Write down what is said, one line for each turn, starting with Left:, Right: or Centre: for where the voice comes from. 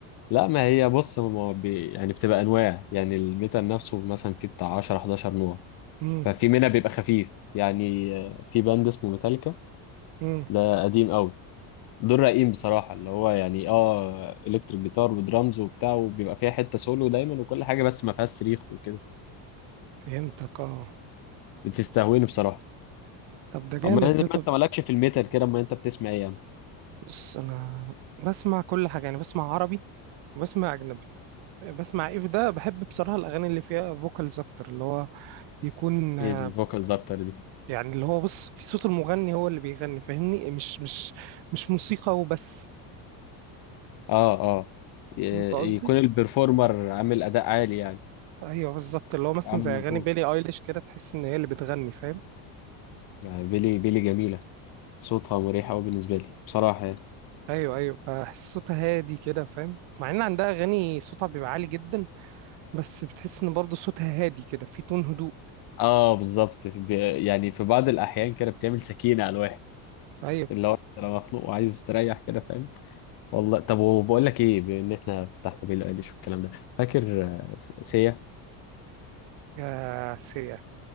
Left: لا ما هي بص ما بي... يعني بتبقى انواع يعني الميتال نفسه مثلا فيه بتاع 10 11 نوع
Right: امم
Left: ففي منها بيبقى خفيف يعني آه، في باند اسمه ميتاليكا
Right: امم
Left: ده قديم قوي دول رايقين بصراحه اللي هو يعني اه الكتريك جيتار ودرامز وبتاع وبيبقى فيها حته سولو دايما وكل حاجه بس ما فيهاش صريخ وكده
Right: فهمتك اه
Left: فبتستهويني بصراحه
Right: طب ده جامد
Left: اما يعني
Right: ده
Left: ما
Right: طب
Left: انت مالكش في الميتال كده اما انت بتسمع ايه يا عم؟
Right: بص انا بسمع كل حاجه يعني بسمع عربي وبسمع اجنبي بسمع ايف ده بحب بصراحة الأغاني اللي فيها فوكالز أكتر اللي هو يكون آه،
Left: ايه الفوكالز اكتر دي
Right: يعني اللي هو بص في صوت المغني هو اللي بيغني فاهمني مش مش مش موسيقى وبس
Left: اه اه ي-
Right: فهمت قصدي؟
Left: يكون البرفورمر عامل اداء عالي يعني
Right: أيوه بالظبط اللي هو مثلا
Left: عامل
Right: زي
Left: مجهود
Right: أغاني بيلي أيليش كده تحس إن هي اللي بتغني فاهم؟
Left: آه، بيلي بيلي جميله صوتها مريح قوي بالنسبه لي بصراحه يعني.
Right: أيوه أيوه بحس صوتها هادي كده فاهم؟ مع إن عندها أغاني صوتها بيبقى عالي جدا بس بتحس إن برضه صوتها هادي كده في تون هدوء
Left: اه بالظبط في- بي- يعني في بعض الاحيان كده بتعمل سكينه على الواحد
Right: أيوه
Left: اللي هو انت لو مخنوق وعايز تريح كده فاهم والله طب وبقول لك ايه بان احنا فتحنا بيلي ايليش والكلام ده فاكر آه، سيا
Right: يا سيا